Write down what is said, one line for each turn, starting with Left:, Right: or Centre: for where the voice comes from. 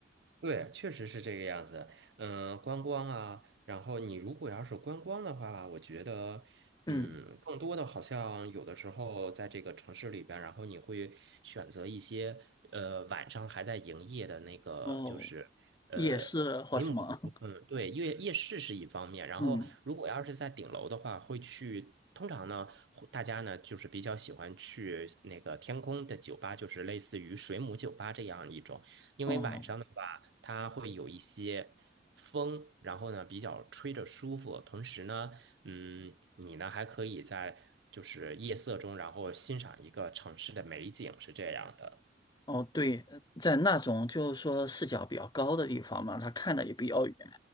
Right: 对，确实是这个样子。嗯、观光啊，然后你如果要是观光的话吧，我觉得，
Left: <laughs>
Right: 嗯，
Left: 嗯。
Right: 更多的好像有的时候在这个城市里边，然后你会选择一些呃晚上还在营业的那个，
Left: 哦，
Right: 就是呃没有，
Left: 也是或什么，
Right: 嗯，对，夜夜市是一方面。然后如果要是在顶楼的话，
Left: <laughs> 嗯，
Right: 会去。通常呢，会大家呢就是比较喜欢去那个天空的酒吧，就是类似于水母酒吧这样一种。因为晚上的话，
Left: 哦，
Right: 它会有一些风，然后呢比较吹着舒服，同时呢，嗯，你呢还可以在就是夜色中，然后欣赏一个城市的美景，是这样的。
Left: 哦，对，呃在那种就是说视角比较高的地方嘛，他看的也比较远，